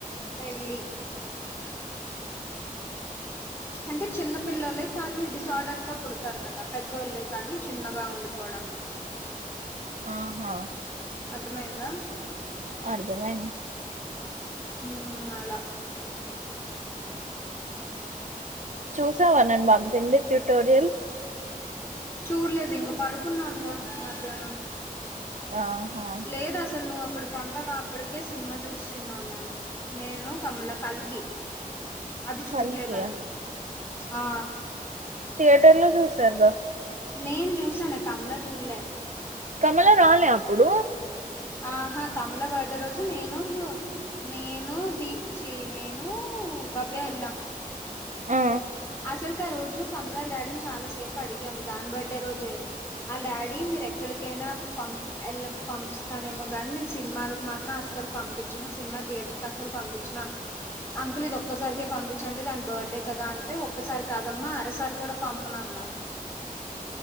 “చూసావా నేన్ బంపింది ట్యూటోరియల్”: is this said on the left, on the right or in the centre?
Right